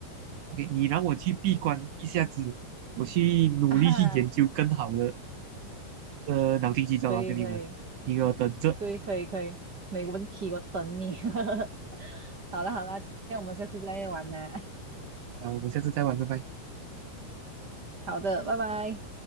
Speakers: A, on the right (about 70°); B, on the right (about 40°).
A: ，OK，你让我去闭关一下子，我去努力去研究更好的
B: <laughs> 啊，
A: 呃脑筋急转弯跟你玩，
B: 可以可以。
A: 你给我等着
B: 对，可以可以，没问题，我等你。<laughs> 好了好了，这样我们下次再玩啦。
A: 啊，我们下次再玩，拜拜。
B: 好的，拜拜。